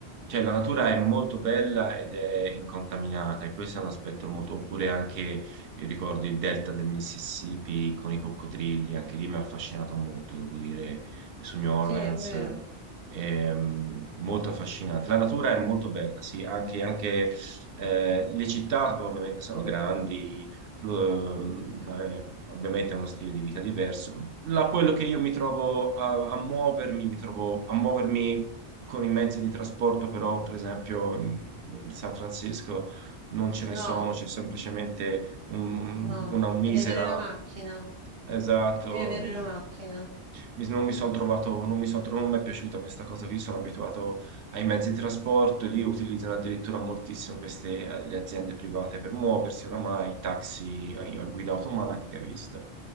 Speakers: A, on the right (about 60°); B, on the right (about 85°).
A: cioè, la natura è molto bella ed è incontaminata, e questo è un aspetto molto. Oppure anche, io ricordo il delta del Mississippi con i coccodrilli, anche lì mi ha affascinato molto, devo dire, su New Orleans,
B: sì, è vero.
A: ehm, molto affascinante. La natura è molto bella, sì, anche, anche, eh, le città ovviamente sono grandi, lo- eh, ovviamente è uno stile di vita diverso. La- quello che io mi trovo a, a muovermi, mi trovo a muovermi con i mezzi di trasporto, però, per esempio, in in San Francisco non ce
B: No,
A: ne sono, c'è semplicemente un-
B: no,
A: una misera.
B: devi avere la macchina,
A: Esatto.
B: devi avere
A: eh,
B: la macchina.
A: mi- non mi sono trovato, non mi son tro- non mi è piaciuta questa cosa qui, sono abituato ai mezzi di trasporto, lì utilizzano addirittura moltissimo queste, eh, le aziende private per muoversi, oramai, taxi a, a guida automatica, hai visto.